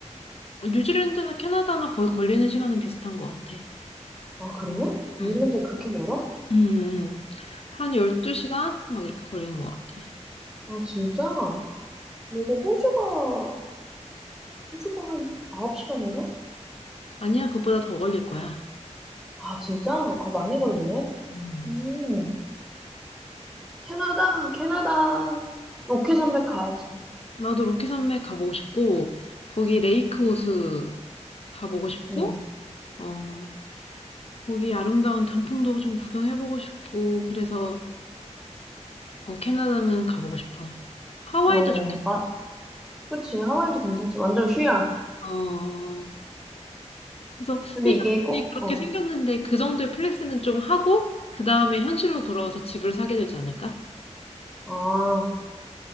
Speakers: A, on the left; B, in the centre.
A: 뉴질랜드나 캐나다나 거의 걸리는 시간은 비슷한 것 같아.
B: 아, 그래? 뉴질랜드
A: 응.
B: 그렇게 멀어?
A: 음, 음. 한 12시간? 막 이렇게 걸리는 것 같아.
B: 아, 진짜? 그리고 호주가, 호주가 한 9시간인가?
A: 아니야, 그것보다 더 걸릴 거야.
B: 아, 진짜? 아, 많이 걸리네?
A: 음.
B: 음, 캐나다, 캐나다, 로키 산맥 가야지.
A: 나도 로키 산맥 가보고 싶고, 거기 레이크 호수 가보고 싶고,
B: 음,
A: 어, 거기 아름다운 단풍도 좀 구경해보고 싶고, 그래서, 어, 캐나다는 가보고 싶어. 하와이도
B: 어,
A: 좋겠다.
B: 마, 그치. 하와이도 괜찮지. 완전 휴양.
A: 어, 그래서
B: 근데
A: 일단
B: 이게 꼭,
A: 돈이 그렇게
B: 어,
A: 생겼는데 그 정도의 플렉스는 좀 하고, 그 다음에 현실로 돌아와서 집을 사게 되지 않을까?
B: 아, 어,